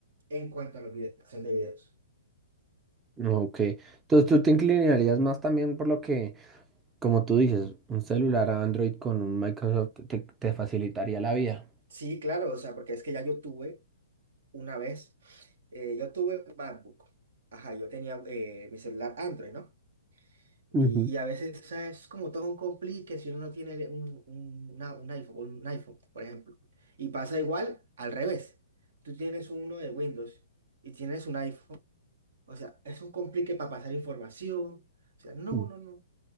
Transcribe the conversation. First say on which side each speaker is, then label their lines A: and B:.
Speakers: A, on the right; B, on the right.
A: en cuanto a la grabación de videos.
B: Ok, entonces tú te inclinarías más también por lo que, como tú dices, un celular Android con un Microsoft te, te facilitaría la vida.
A: Sí, claro, o sea, porque es que ya yo tuve una vez, eh, yo tuve MacBook. Ajá, yo tenía eh, mi celular Android, ¿no? Y,
B: Ujú.
A: y a veces, o sea, es como todo un complique si uno no tiene un, un, una- un iPhone, un iPhone, por ejemplo. Y pasa igual al revés. Tú tienes uno de Windows y tienes un iPhone. O sea, es un complique para pasar información. O sea, no,
B: Mm.
A: no, no.